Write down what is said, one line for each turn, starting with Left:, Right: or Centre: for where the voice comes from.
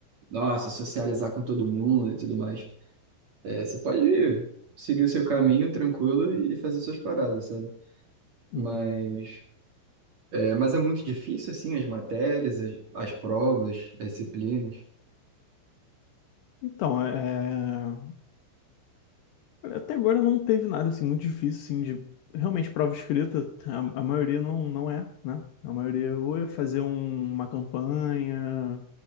Right: nossa, socializar com todo mundo e tudo mais. É, você pode seguir o seu caminho tranquilo e fazer suas paradas, sabe?
Left: Uhum.
Right: Mas é, mas é muito difícil, assim, as matérias, as, as provas, as disciplinas.
Left: Então, é... olha, até agora não teve nada, assim, muito difícil, assim, de... Realmente, prova escrita, a, a maioria não, não é, né? A maioria ou é fazer um- uma campanha,